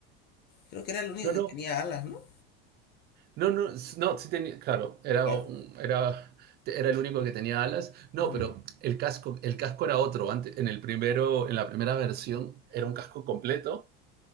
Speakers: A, on the left (about 30°); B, on the right (about 30°).
A: creo que era el único
B: No, no,
A: que tenía alas, ¿no?
B: no, no, s- no, sí tenía, claro, era,
A: Claro.
B: un- era, te- era el único que tenía alas. No,
A: Ujú.
B: pero el casco, el casco era otro. Antes, en el primero, en la primera versión era un casco completo